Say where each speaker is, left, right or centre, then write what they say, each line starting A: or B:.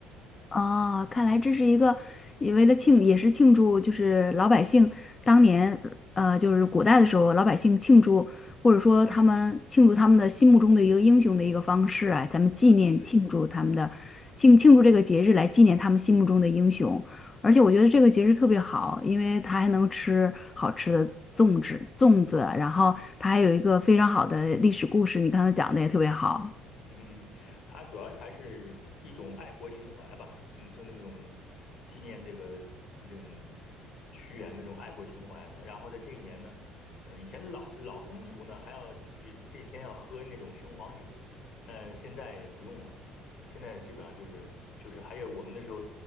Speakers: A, on the left; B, on the left.
A: 哦，看来这是一个，也为了庆，也是庆祝，就是老百姓当年，呃，就是古代的时候，老百姓庆祝，或者说他们庆祝他们的心目中的一个英雄的一个方式啊，咱们纪念庆祝他们的庆庆祝这个节日来纪念他们心目中的英雄。
B: 对，
A: 而且我觉得这个节日特别好，因为它还能吃好吃的粽子，粽子，
B: 嗯。
A: 然后它还有一个非常好的历史故事，你刚才讲的也特别好。
B: 嗯，嗯它主要还是一种爱国情怀吧，嗯，就那种纪念这个这种屈原的这种爱国情怀。然后在这一年呢，呃，以前老老风俗呢，还要去这天要喝那种雄黄酒，那现在也不用了，现在基本上就是就是还有我们那时候，